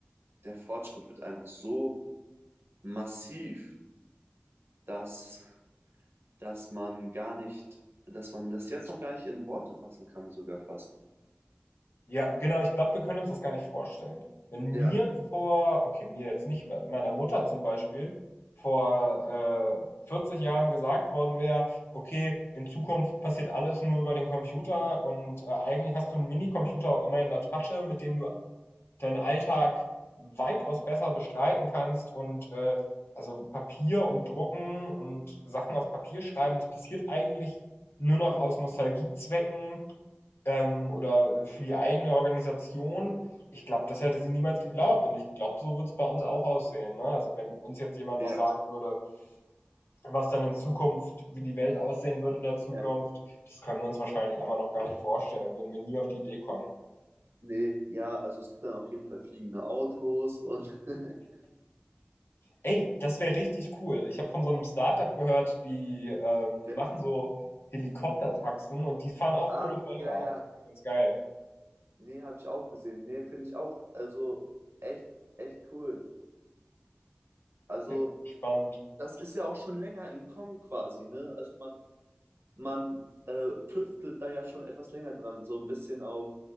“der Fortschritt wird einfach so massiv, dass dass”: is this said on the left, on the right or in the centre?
Right